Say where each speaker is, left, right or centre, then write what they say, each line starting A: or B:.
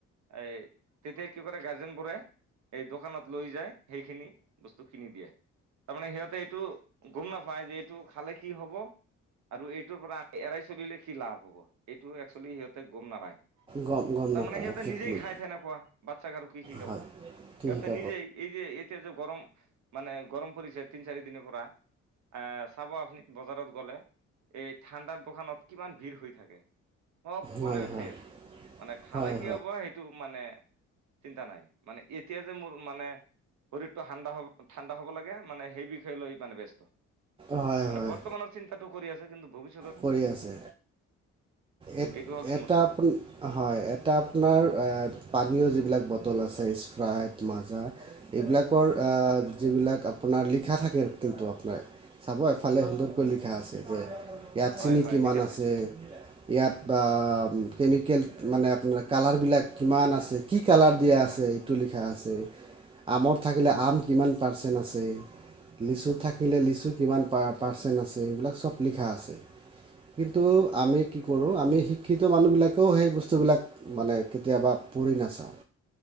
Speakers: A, on the right; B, on the right.
A: এ তেতিয়া কি কৰে গাৰ্জেন বোৰে, এই দোকানত লৈ যায়। সেইখিনি বস্তু কিনি দিয়ে। তাৰমানে সিহঁতে এইটো গম নাপায় যে টো খালে কি হ'ব আৰু এইটোৰ পৰা এৰাই চলিলে কি লাভ হ'ব, এইটো এক্চুৱেলি সিহঁতে গম নাপায়।
B: গম গম
A: তাৰমানে
B: নাপায়
A: সিহঁতে
B: একজেক্টলি
A: নিজেই খাই তেনেকুৱা। বাচ্ছাক আৰু কি শিকাব?
B: হয় ঠিক
A: সিহঁতে
B: আছে
A: নিজেই এই এতিয়া যে গৰম মানে গৰম পৰিছে তিন চাৰি দিনৰ পৰা। আহ চাব আপুনি বজাৰত গ'লে, এই ঠাণ্ডাত দোকানত কিমান ভিৰ হৈ থাকে। সকলোৱে
B: হয় হয়
A: খাই আছে। মানে খালে
B: হয় হয়
A: কি হ'ব সেইটো মানে চিন্তা নাই। মানে এতিয়া যে মোৰ মানে শৰীৰটো সান্দা হ'ব, ঠাণ্ডা হ'ব লাগে, মানে সেই বিষয়ে লৈ মানে ব্যস্ত।
B: হয়
A: মানে
B: হয়
A: বৰ্তমানৰ চিন্তাটো কৰি আছোঁ। তেতিয়া কিন্তু ভবিষ
B: কৰি আছে। এট
A: এইটো হ'ল সমস্যা
B: এটা আপনা। হয়, এটা আপোনাৰ এ পানীয় যিবিলাক ব বটল আছে স্প্ৰাইট, মাজা। এইবিলাকৰ আ যিবিলাক আপোনাৰ লিখা থাকে, কিন্তু আপোনাৰ, চাব এফালে সুন্দৰকৈ লিখা আছে যে ইয়াত
A: হয়
B: চিনি
A: হয়
B: কিমান
A: লিখা
B: আছে?
A: থাকে
B: ইয়াত বা কেমিকেল, মানে আপোনাৰ কালাৰবিলাক কিমান আছে? কি কালাৰ দিয়া আছে, এইটো লিখা আছে। আমৰ থাকিলে আম কিমান পাৰ্চেণ্ট আছে, লিচু থাকিলে লিচু কিমান পা পাৰ্চেণ্ট আছে, এইবিলাক চব লিখা আছে। কিন্তু আমি কি কৰোঁ? আমি শিক্ষিত মানুহবিলাকেও সেই বস্তুবিলাক মানে কেতিয়াবা পঢ়ি নাচাওঁ।